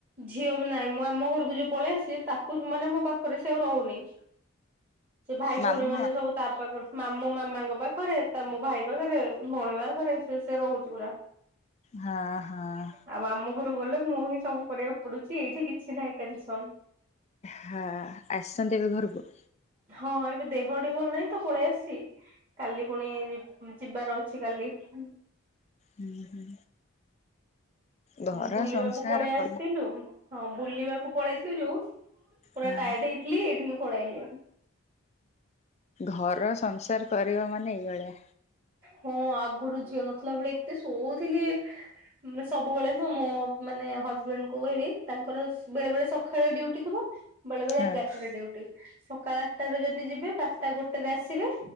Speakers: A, on the right; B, on the left.
A: ଝିଅ ବି ନାହିଁ ମୁଁ ଆମ ଘରକୁ ଯୋଉ ପଳେଇ ଆସିଛି ତାକୁ ମାନେ ମୋ ପାଖରେ ସେ ଆଉ ରହୁନି। ସେ ଭାଇ ଭଉଣୀମାନେ
B: ମାମୁଁ
A: ସବୁ ତା ପାଖରେ ମାମୁଁ ମାମାଙ୍କ ପାଖରେ, ତା ମୋ ଭାଇ ପାଖରେ, ଭଉଣୀ ପାଖରେ ସେ ସେ ରହୁଛି ପୁରା।
B: ହଁ ହଁ।
A: ଆଉ ଆମ ଘରୁକୁ ଗଲେ ମୁଁ ହିଁ ସବୁ କରିବାକୁ ପଡୁଛି, ଏଇଠି କିଛି ନାହିଁ ଟେନସନ୍।
B: ହଁ, ଆସଛନ୍ତି ଏବେ ଘରକୁ?
A: ହଁ, ଏବେ ଦେହଟି ଭଲ ନାହିଁ ତ ପଳେଇ ଆସିଚି, କାଲି ପୁଣି ଯି ଯିବାର ଅଛି କାଲିକି ଫୁଣି
B: ହୁଁ ହୁଁ। ଘର
A: ବୁଲିବାକୁ
B: ସଂସାର
A: ପଳେଇ ଆସିଥିଲୁ,
B: କଲା
A: ହଁ ବୁଲିବାକୁ ପଳେଇଥିଲୁ ଯୋଉ ପୁରା
B: ହଁ
A: ଟାୟାର୍ଡ ହେଇଥିଲି, ଏଇଠିକି ପଳେଇଆଇଲି।
B: ଘର ସଂସାର କରିବ ମାନେ ଏଇଭଳିଆ।
A: ହଁ, ଆଗୁରୁ ଝିଅ ନଥିଲା ବେଳେ ଏତେ ଶୋଉଥିଲି, ଉମ୍ ସବୁ ସବୁବେଳେ ନୁହଁ ମୋ ମାନେ ହଜବେଣ୍ଡଙ୍କୁ କହିବି, ତାଙ୍କର ବେଳେବେଳେ ସଖାଳେ ଡ୍ୟୁଟି ଥିବ ବେଳେବେଳେ
B: ହଁ
A: ଏଗାରଟାରେ ଡ୍ୟୁଟି। ସକାଳ ଆଠଟାରେ ଯଦି ଯିବେ ବାରଟା ଗୋଟେରେ ଆସିବେ